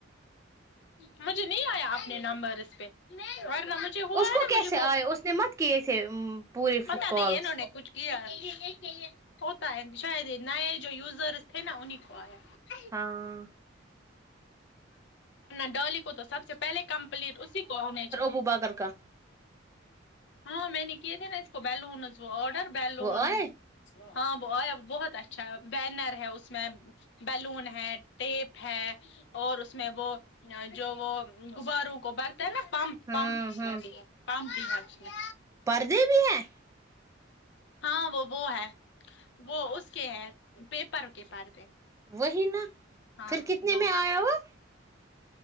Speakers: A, on the left; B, on the right.
A: مجھے نہیں آیا اپنے نمبر اس پہ مجھے ہوا
B: اس
A: ہے
B: کو
A: نا
B: کیسے
A: مجھے وہ
B: آئے اس نے مت کیے تھے پورے
A: پتا
B: کالس
A: نہیں انہوں کچھ کیا ہے اتا ہے شاید یہ نئے جو یوزرس تھے نا انہیں کو آیا <inaudible>
B: ہاں
A: ڈالی کو تو سب سے پہلے کمپلیٹ اسی کو آنے
B: خدا گھر کا
A: ہاں میں نے کیے تھے نا اس کو بیلونز وہ آرڈر بیلون
B: وہ آئے
A: ہاں وہ آ بہت اچھا ہے بینر ہے اس میں بلون ہے ٹیپ ہے اور اس میں وہ جو وہ غباروں کو بر نا پمپ
B: ہاں
A: پمپ اس
B: ہاں
A: میں د پمپ د ح میں
B: پردے بھی ہیں
A: ہاں وہ وہ ہے وہ اس کے ہے پیپر کے پردے
B: وہی نا
A: ہاں
B: پھر
A: ہاں
B: کتنے
A: دو
B: میں آیا ہوا